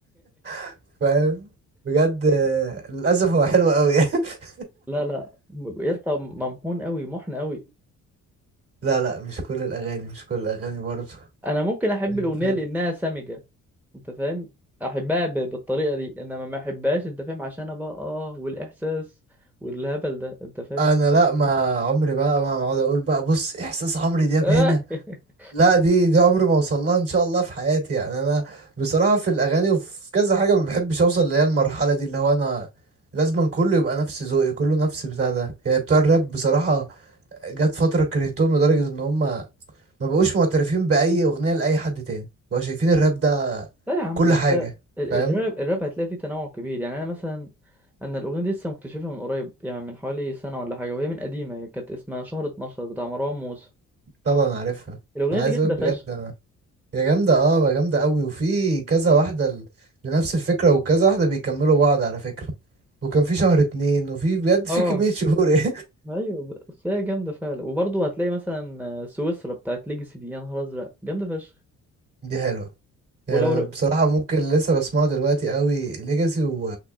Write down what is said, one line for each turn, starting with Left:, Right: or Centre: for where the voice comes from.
Right: <laughs> فاهم بجد آه، للاسف هو حلو قوي <laughs>
Centre: لا لا م- يا اسطى ممحون قوي محن قوي
Right: لا لا مش كل الاغاني مش كل الاغاني برضه
Centre: انا ممكن احب
Right: يعني
Centre: الاغنيه
Right: فاهم
Centre: لانها سمجه انت فاهم احبها ب- بالطريقه دي انما ما احبهاش انت فاهم عشان انا بقى اه والاحساس والهبل ده انت فاهم
Right: انا لا ما عمري بقى ما اقعد اقول بقى بص احساس عمرو دياب
Centre: <laughs>
Right: هنا لا دي دي عمري ما اوصل لها ان شاء الله في حياتي يعني انا بصراحه في الاغاني وفي كذا حاجه ما بحبش اوصل اللي هي المرحله دي اللي هو انا لازم كله يبقى نفس ذوقي كله نفس بتاع ده يعني بتوع الراب بصراحه جت فتره كرهتهم لدرجه ان هم ما بقوش معترفين باي اغنيه لاي حد تاني بقوا شايفين الراب ده
Centre: لا يا عم
Right: كل
Centre: بس
Right: حاجه
Centre: ال-
Right: فاهم
Centre: الراب الراب هتلاقي فيه تنوع كبير يعني انا مثلا انا الاغنيه دي لسه مكتشفها من قريب يعني من حوالي سنه ولا حاجه وهي من قديمه هي كانت اسمها شهر 12 بتاع مروان موسى
Right: طبعا عارفها
Centre: الاغنيه
Right: انا
Centre: دي
Right: عايز
Centre: جامده
Right: اقولك بجد
Centre: فشخ
Right: انا هي جامدة اه هي جامدة قوي وفي كذا واحدة ل- لنفس الفكرة وكذا واحدة بيكملوا بعض على فكرة وكان في شهر اتنين وفي بجد في
Centre: اه
Right: كمية شهور <laughs>
Centre: ايوه بس هي جامده فعلا وبرضه هتلاقي مثلا سويسرا بتاعت ليجاسي دي يا نهار ازرق جامده فشخ
Right: دي حلوة يعني
Centre: ولو
Right: انا
Centre: ر...
Right: بصراحة ممكن لسه بسمعه دلوقتي قوي ليجاسي و...